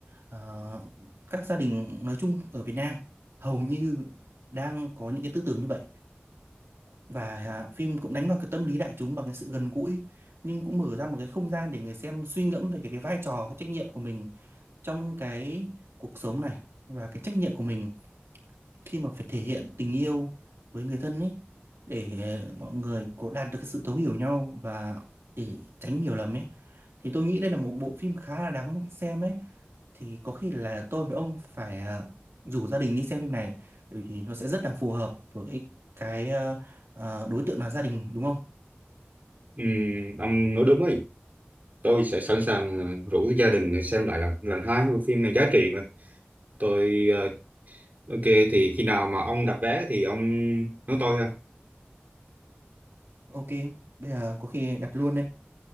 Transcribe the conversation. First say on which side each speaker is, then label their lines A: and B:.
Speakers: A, on the right; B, on the right.
A: ờ, các gia đình nói chung ở Việt Nam hầu như đang có những cái tư tưởng như vậy và à, phim cũng đánh vào cái tâm lý đại chúng bằng cái sự gần gũi nhưng cũng mở ra một cái không gian để người xem suy ngẫm về cái, cái vai trò cái trách nhiệm của mình trong cái cuộc sống này và cái trách nhiệm của mình khi mà phải thể hiện tình yêu với người thân ấy để ờ, mọi người có đạt được cái sự thấu hiểu nhau và để tránh hiểu lầm ấy thì tôi nghĩ đây là một bộ phim khá là đáng xem ấy thì có khi là tôi với ông phải ờ, rủ gia đình đi xem phim này bởi vì nó sẽ rất là phù hợp với cái ờ, ờ, đối tượng là gia đình đúng không?
B: Ừm, ông nói đúng ấy tôi sẽ sẵn sàng ờ, rủ gia đình để xem lại lần lần hai bộ phim này giá trị mà tôi ờ, ok thì khi nào mà ông đặt vé thì ông nói tôi ha
A: Ok, bây giờ có khi đặt luôn đây.